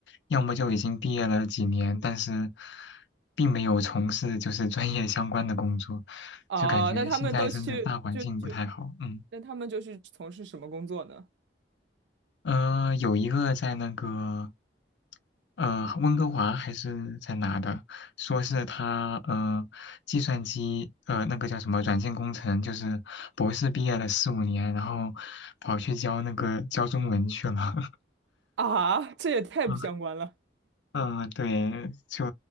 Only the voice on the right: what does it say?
啊，
那他们都去就就
那他们就是从事什么工作呢？
啊，<laughs> 这也太不相关了